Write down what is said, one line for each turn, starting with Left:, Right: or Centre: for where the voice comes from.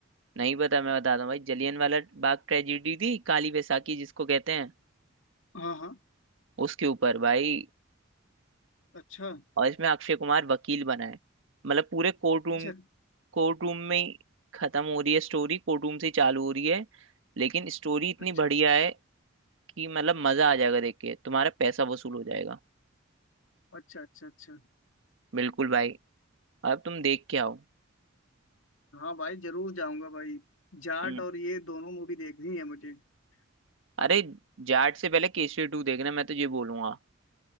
Right: नहीं पता मैं बताता हूँ भाई जलियन वाला बाग ट्रेजिडी थी काली बैसाखी जिसको कहते हैं
Left: हाँ हाँ
Right: उसके ऊपर भाई
Left: अच्छा
Right: और इसमें अक्षय कुमार वकील बना है मतलब पूरे कोर्ट रूम
Left: अच्छा
Right: कोर्ट रूम में ही खत्म हो रही है स्टोरी कोर्ट रूम से ही चालू हो रही है लेकिन स्टोरी इतनी
Left: अच्छा
Right: बढ़िया है कि मतलब मजा आ जाएगा देख के तुम्हारा पैसा वसूल हो जाएगा
Left: अच्छा अच्छा अच्छा
Right: बिल्कुल भाई अब तुम देख के आओ
Left: हाँ भाई जरूर जाऊंगा भाई जाट
Right: हम्म
Left: और ये दोनों मूवी देखनी है मुझे अब
Right: अरे जाट से पहले केसरी टू देखना मैं तो ये बोलूंगा